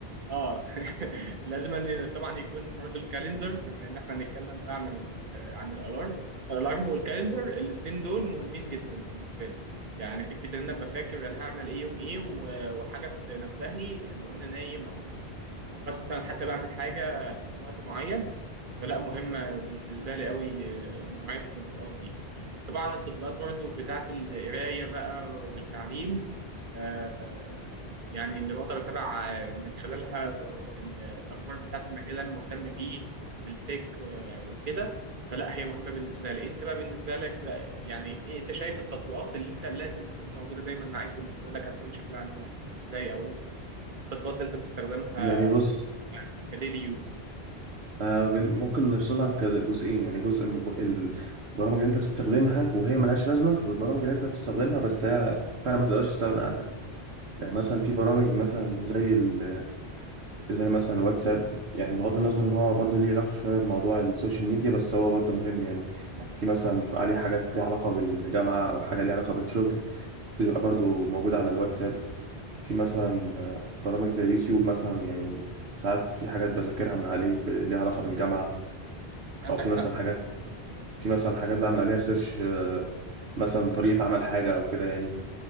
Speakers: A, on the right; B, on the right.
A: اه <laughs> لازم أن طبعا يكون برضو الكالندر بما ان احنا هنتكلم بقى عن ال- آه، عن الالارم فالالارم والكالندر الاثنين دول مهمين جدا بالنسبه لي يعني فكره ان انا ابقى فاكر انا هعمل ايه يوم ايه و- وحاجه تنبهني لو انا نايم او او مثلا حتى بعمل حاجه بوقت معين فلا مهمه بالنسبه لي قوي آه، نوعيه التطبيقات دي طبعا التطبيقات برضو بتاعت القرايه بقى والتعليم آه، يعني اللي بقدر اتابع آه، من خلالها الأغ- ال- الاخبار بتاعت المجال اللي انا مهتم بيه والتك آه، وكده فلا هي مهمه بالنسبه لي انت بقى بالنسبه لك بقى يعني ايه انت شايف التطبيقات اللي انت لازم تكون موجوده دايما معاك بالنسبه لك هتكون شكلها عامله ازاي او اللي انت بت- التطبيقات اللي انت بتستخدمها
B: يعني بص
A: كديلي يوز
B: آه بن- ممكن نفصلها كده جزئين يعني جزء من الب- البرامج اللي انت بتستخدمها وهي ملهاش لازمة والبرامج اللي انت بتستخدمها بس هي فعلا ما تقدرش تستغنى عنها يعني مثلا في برامج مثلا زي ال زي مثلا واتساب يعني بغض النظر ان هو برضه ليه علاقة شوية بموضوع السوشيال ميديا بس هو برضه مهم يعني في مثلا بتبقى عليه حاجات ليها علاقة بالجامعة او حاجة ليها علاقة بالشغل بيبقى برضو موجود على الواتساب في مثلا آه، برامج زي يوتيوب مثلا يعني ساعات في حاجات بذاكرها من عليه في ليها علاقة بالجامعة
A: عندك
B: أو في مثلا
A: حق
B: حاجات في مثلا حاجات بعمل عليها سيرش آه، مثلا طريقة عمل حاجة أو كده يعني